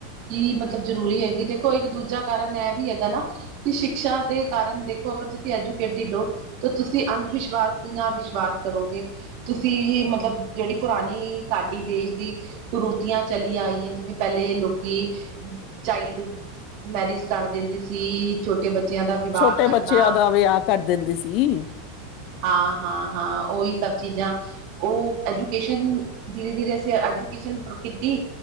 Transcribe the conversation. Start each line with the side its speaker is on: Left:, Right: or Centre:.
Right: ਕੀ ਮਤਲਬ ਜ਼ਰੂਰੀ ਹੈਗੀ, ਦੇਖੋ ਇੱਕ ਦੂਜਾ ਕਾਰਨ ਇਹ ਵੀ ਹੈਗਾ ਨਾ ਕਿ ਸ਼ਿਕਸ਼ਾ ਦੇ ਕਾਰਨ ਦੇਖੋ ਅਗਰ ਤੁਸੀਂ ਐਜੂਕੇਟਿਡ ਔ ਤਾਂ ਤੁਸੀਂ ਅੰਧ ਵਿਸ਼ਵਾਸ ਦੇ ਨਾਲ ਵਿਸ਼ਵਾਸ ਕਰੋਗੇ। ਤੁਸੀਂ ਮਤਲਬ ਜਿਹੜੀ ਪੁਰਾਣੀ ਸਾਡੀ ਦੇਸ਼ ਦੀ ਕੁਰੂਤੀਆਂ ਚਲੀ ਆਈਆਂ ਜਿਵੇਂ ਪਹਿਲੇ ਲੋਕੀ ਚਾਈਲਡ ਮੈਰਿਜ ਕਰ ਦਿੰਦੇ ਸੀ। ਛੋਟੇ ਬੱਚਿਆਂ ਦਾ ਵਿਵਾਹ
Left: ਛੋਟੇ
Right: ਕਰਨਾ।
Left: ਬੱਚਿਆਂ ਦਾ ਵਿਆਹ ਕਰ ਦਿੰਦੇ ਸੀ
Right: ਹਾਂ ਹਾਂ ਹਾਂ ਉਹੀ ਸਭ ਚੀਜ਼ਾਂ ਉਹ ਐਜੂਕੇਸ਼ਨ ਧੀਰੇ ਧੀਰੇ ਅਸੀਂ ਐਜੂਕੇਸ਼ਨ ਸੂਰੁ ਕੀਤੀ।